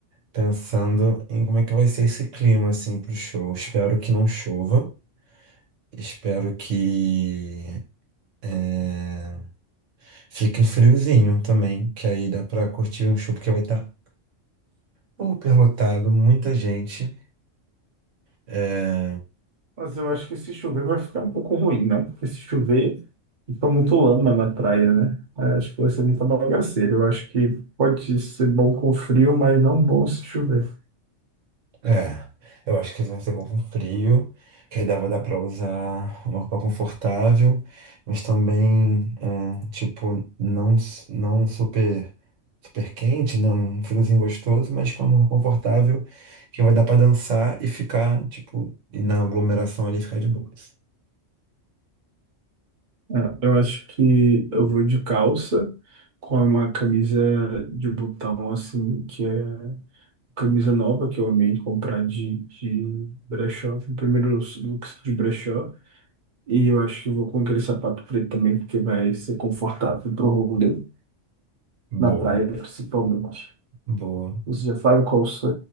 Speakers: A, on the right; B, on the right.
A: pensando em como é que vai ser esse clima, assim, pro show. Espero que não chova. Espero que eh, fique um friozinho também, que aí dá pra curtir um show, porque vai estar super lotado, muita gente. É,
B: Mas eu acho que se chover vai ficar um pouco ruim, não? Porque se chover, fica muito lama na praia, né? Aí acho que vai ser muita bagaceira. Eu acho que pode ser bom com frio, mas não bom se chover.
A: é, eu acho que vai ser bom com frio, que aí dá, vai dar pra usar uma roupa confortável, mas também, é, tipo, não, s- não super, super quente, né? Um friozinho gostoso, mas com uma roupa confortável, que vai dar pra dançar e ficar, tipo, e na aglomeração ali ficar de boas.
B: Ah, Eu acho que eu vou de calça, com uma camisa de botão, assim, que é camisa nova, que eu amei comprar de, de brechó, foi o primeiro looks de brechó. E eu acho que eu vou com aquele sapato preto também, porque vai ser confortável pro rolê,
A: Boa.
B: na praia principalmente.
A: Boa.
B: Você já sabe qual se-